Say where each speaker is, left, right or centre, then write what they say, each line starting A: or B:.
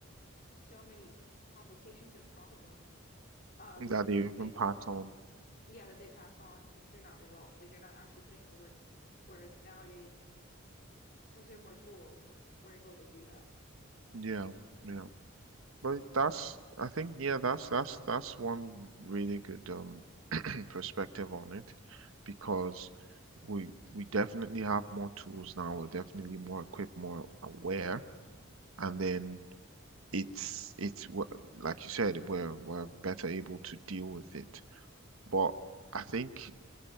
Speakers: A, on the left; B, on the right.
A: so many complications and problems um because
B: That they
A: they
B: even
A: just like
B: pass
A: don't
B: on.
A: yeah that they pass on because they're not resolved like they're not actually putting in the work to, whereas nowadays since we have more tools we're able to do that
B: Yeah. Yeah. But that's, I think, yeah, that's, that's, that's one really good, um, <clears throat> perspective on it because we, we definitely have more tools now. We're definitely more equipped, more aware and then it's it's w- like you said, we're we're better able to deal with it. But I think